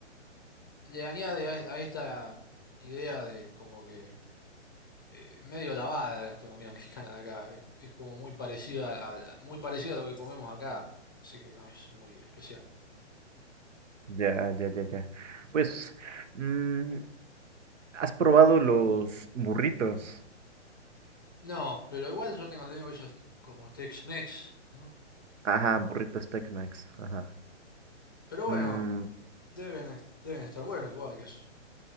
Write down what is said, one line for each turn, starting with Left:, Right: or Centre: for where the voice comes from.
Left: le añade a, a esta idea de como que eh, medio lavada de la gastronomía <laughs> mexicana de acá, es, es como muy parecida a, muy parecida a lo que comemos acá, así que no es muy especial.
Right: ya, ya, ya, ya. Pues, mm, ¿has probado los burritos?
Left: No, pero igual yo tengo entendido que eso es como Tex-Mex, ¿no?
Right: Ajá, burritos Tex-Mex, ajá.
Left: Pero bueno,
Right: Mm,
Left: deben, es- deben estar buenos igual, que Sí.